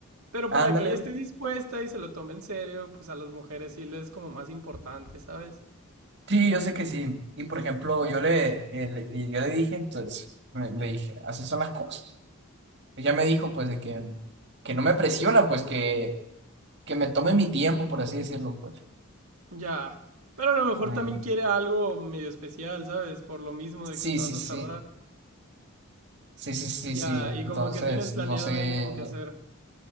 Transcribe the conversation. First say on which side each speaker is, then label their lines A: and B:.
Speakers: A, on the right (about 80°); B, on the right (about 50°).
A: Pero
B: Ándale.
A: para que ella esté dispuesta y se lo tome en serio, pues a las mujeres sí les es como más importante, ¿sabes?
B: Sí, yo sé que sí. Y por ejemplo, yo le, eh, le- y yo le dije, entonces, me- le dije, así son las cosas. Ella me dijo, pues, de que, que no me presiona, pues, que, que me tome mi tiempo, por así decirlo, pues.
A: Ya. Pero a lo mejor
B: Mm.
A: también quiere algo medio especial, ¿sabes? Por lo mismo
B: Sí,
A: de que te
B: sí,
A: vas a
B: sí.
A: tardar.
B: Sí, sí, sí,
A: Ya,
B: sí.
A: y como
B: Entonces,
A: que tienes planeado
B: no sé.
A: ahí como que hacer.